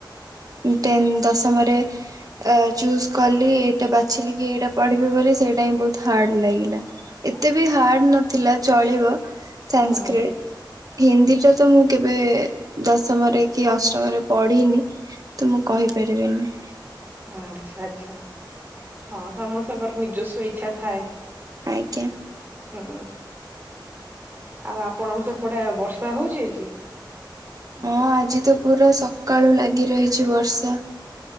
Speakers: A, on the right; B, on the right.
A: ଟେନ ଦଶମରେ ଏ ଚୁଜ୍ କଲି ଏଇଟା ବାଛିଲି କି ଏଇଟା ପଢିବି ବୋଲି ସେଇଟା ହିଁ ବହୁତ ହାର୍ଡ ଲାଗିଲା। ଏତେ ବି ହାର୍ଡ ନଥିଲା ଚଳିବ। ସାଂସ୍କ୍ରିଟ୍।
B: ହୁଁ
A: ହିନ୍ଦୀଟା ତ ମୁଁ କେବେ ଦଶମରେ କି ଅଷ୍ଟମରେ ପଢିନି ତ ମୁଁ କହିପାରିବିନି।
B: ଆଚ୍ଛା ଆଚ୍ଛା। ହଁ ସମସ୍ତଙ୍କର ନିଜସ୍ୱ ଇଚ୍ଛା ଥାଏ।
A: ଆଜ୍ଞା।
B: ହଁ, ଆଉ ଆପଣଙ୍କ ସେପଟେ ବର୍ଷା ହଉଛି ଆଜି?
A: ହଁ ଆଜି ତ ପୁରା ସକାଳୁ ଲାଗି ରହିଛି ବର୍ଷା।